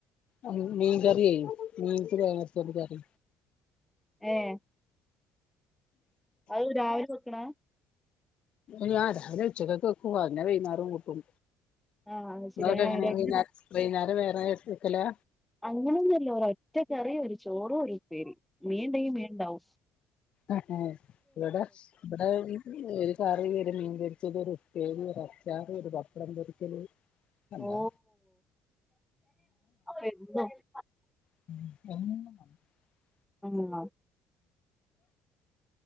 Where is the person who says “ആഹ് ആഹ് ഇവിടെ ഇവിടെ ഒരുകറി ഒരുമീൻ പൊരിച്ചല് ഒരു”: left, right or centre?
Left